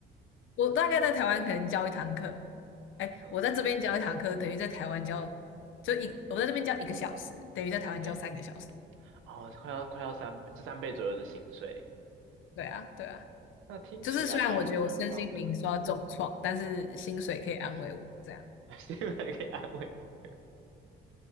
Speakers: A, on the left; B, on the right.
A: <laughs> 我大概在台湾可能教一堂课，哎，
B: 嗯，
A: 我在这边教一堂课，等于在台湾教就一，我在这边教一个小时，等于在台湾教三个小时。
B: 对。哦，快要快要三倍，这三倍左右的薪水，
A: 对啊，对啊。
B: 那听起来还蛮棒的。
A: 就是虽然我觉得我身心灵受到重创，
B: 嗯，
A: 但是薪水可以安慰我，这样
B: <laughs> 希望可以安慰你。